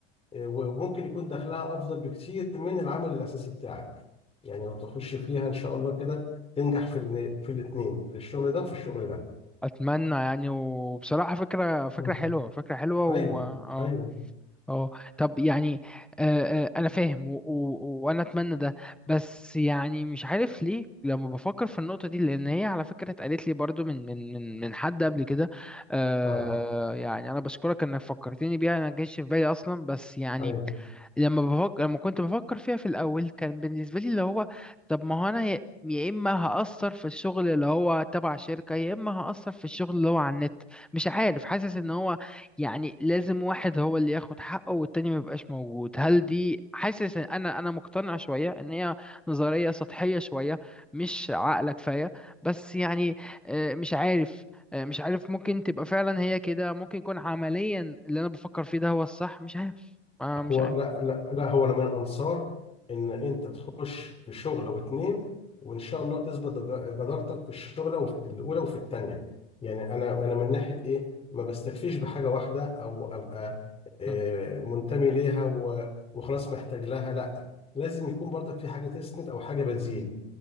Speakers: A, on the left; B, in the centre.
A: وممكن يكون دخلها افضل بكتير من العمل الاساسي بتاعك يعني لو تخش فيها ان شاء الله كده تنجح في ال- في الاثنين في الشغل ده وفي الشغل ده
B: اتمنى يعني وبصراحه فكره فكره
A: مم.
B: حلوه فكره حلوه و...
A: ايوه
B: اه
A: ايوه
B: اه طب يعني آه آه انا فاهم و- و- وانا اتمنى ده بس يعني مش عارف ليه لما بفكر في النقطه دي لان هي على فكره اتقالت لي برضو من من من من حد قبل كده آه
A: اه
B: يعني انا بشكرك انك فكرتني بيها انا ما جاش في بالي اصلا بس يعني
A: ايوه
B: لما بفكر لما كنت بفكر فيها في الاول كان بالنسبه لي اللي هو طب ما هو انا يا يا اما هاثر في الشغل اللي هو تبع شركه يا اما هاثر في الشغل اللي هو على النت مش عارف حاسس ان هو يعني لازم واحد هو اللي ياخد حقه والتاني ما يبقاش موجود هل دي حاسس ان انا انا مقتنع شويه ان هي نظريه سطحيه شويه مش عاقله كفايه بس يعني آه، مش عارف آه، مش عارف ممكن تبقى فعلا هي كده ممكن يكون عمليا اللي انا بفكر فيه ده هو الصح مش عارف آه مش
A: هو
B: عارف
A: لا لا لا هو انا من انصار ان انت تخش في شغله واتنين وان شاء الله تثبت جد- جدارتك في الشغله وفي الاولى وفي التانيه يعني انا انا من ناحيه ايه ما بستكفيش بحاجه واحده او ابقى آه،
B: مم.
A: منتمي ليها و- وخلاص محتاج لها لا لازم يكون برضك في حاجه تسند او حاجه بتزيد